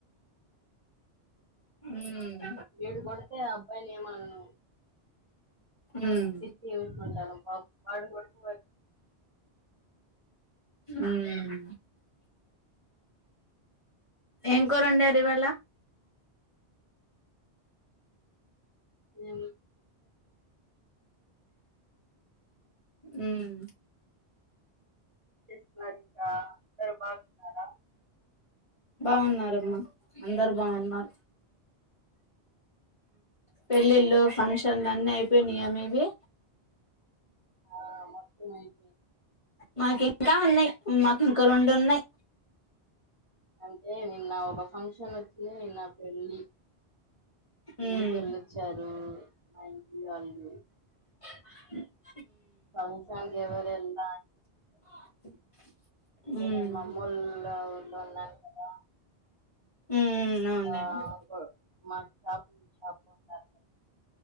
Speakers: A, on the left; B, on the right.
A: ఉమ్
B: ఏడు కొడతే అబ్ అబ్బాయనేమనను
A: ఉమ్
B: ఇచ్చి ఊరుకుంటానామ్ పాడు కొడుతు
A: హ్మ్మ్ ఎం కొరండరు ఇవాళ
B: ఏం
A: మ్మ్
B: స్ మరికా అదర్బాగన్నారా
A: బాగున్నరమ్మా అందరు బాగున్నారు పెళ్ళిళ్ళు ఫంక్షన్లు అన్నీ చెనీ అనేవి
B: ఆ మత్తు మైంది
A: మాకు ఇంకా ఉన్నాయి మాకు ఇంకా రొండు ఉన్నాయి
B: అంటే నిన్న ఒక ఫంక్షన్ నా పెళ్ళి పెళ్ళికి
A: ఉమ్
B: వెళ్ళొచ్చారు మా ఇంటి వాళ్ళు
A: <inaudible>
B: ఫంక్షన్ <unintelligible> <unintelligible>
A: <inaudible>
B: అంటే
A: ఉమ్
B: నేను మమ్మోలా ఊర్ ఉన్నాను కదా
A: ఉమ్ అవునులేండి
B: షాపు మాకు షాపు షాపుంటాది